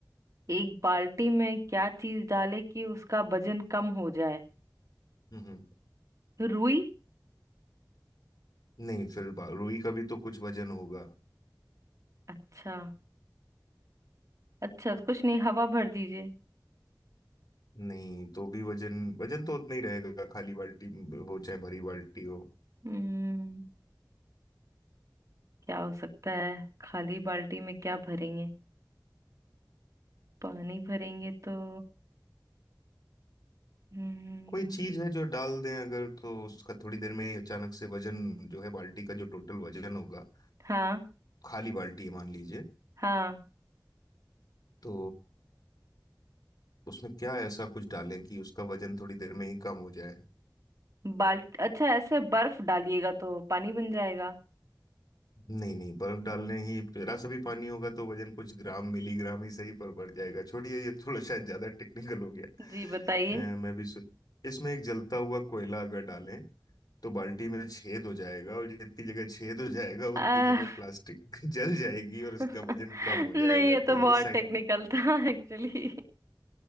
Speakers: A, on the right (about 45°); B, on the left (about 60°).
A: एक बाल्टी में क्या चीज डाले कि उसका वजन कम हो जाए
B: हम्म
A: रुई
B: नहीं फिर बा- रुई का भी तो कुछ वजन होगा
A: अच्छा अच्छा तो कुछ नहीं हवा भर दीजिए
B: नहीं तो भी वजन वजन तो उतना ही रहेगा खाली बाल्टी हो चाहे भरी बाल्टी हो
A: हम्म क्या हो सकता है खाली बाल्टी में क्या भरेंगे पानी भरेंगे तो हम्म
B: कोई चीज है जो डाल दें अगर तो उसका थोड़ी देर में ही अचानक से वजन जो है बाल्टी का जो टोटल वजन होगा
A: हाँ
B: खाली बाल्टी है मान लीजिए
A: हाँ
B: तो उसमें क्या ऐसा कुछ डालें कि उसका वजन थोड़ी देर में ही कम हो जाए?
A: बाल्ट अच्छा ऐसे बर्फ डालिएगा तो पानी बन जाएगा
B: नहीं नहीं बर्फ डालने ही जरा सा भी पानी होगा तो वजन कुछ ग्राम मिलीग्राम ही सही पर बढ़ जाएगा छोड़िए ये थोड़ा शायद ज्यादा टेक्निकल हो गया
A: जी बताइए
B: अ, मैं भी सो... इसमें एक जलता हुआ कोयला अगर डालें तो बाल्टी में छेद हो जाएगा और जितनी जगह छेद हो जाएगा
A: आ,
B: उतनी
A: <laughs>
B: जगह प्लास्टिक <laughs> जल जाएगी और उसका
A: नहीं
B: वजन कम हो जाएगा
A: ये
B: तो
A: तो
B: ये
A: बहुत
B: साइंस
A: टेक्निकल था एक्चुअली